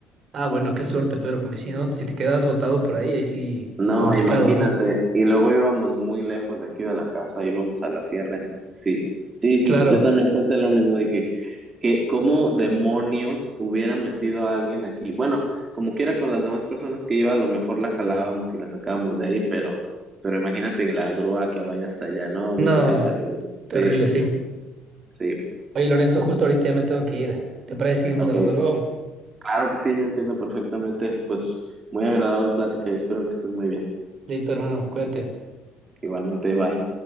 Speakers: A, on the right; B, on the right.
A: Ah, bueno, qué suerte, pero porque si no, si te quedabas botado por ahí, ahí sí es
B: No,
A: complicado,
B: imagínate,
A: ¿no?
B: y luego íbamos muy lejos de aquí de la casa, íbamos a la sierra, entonces sí, sí, sí,
A: Claro.
B: yo también pensé lo mismo, dije, que cómo demonios hubieran metido a alguien aquí. Bueno, como quiera con las demás personas que iba, a lo mejor la jalábamos y la sacábamos de ahí, pero, pero imagínate en la grúa que vaya hasta allá, no, hubiera
A: No,
B: sido terrible.
A: terrible,
B: Sí.
A: sí.
B: Sí,
A: Oye, Lorenzo, justo ahorita ya me tengo que ir. ¿Te parece que seguimos
B: ok.
A: hablando luego?
B: Claro que sí, yo entiendo perfectamente. Pues muy agradable plática y espero que estés muy bien.
A: Listo, hermano, cuídate.
B: Igualmente, bye.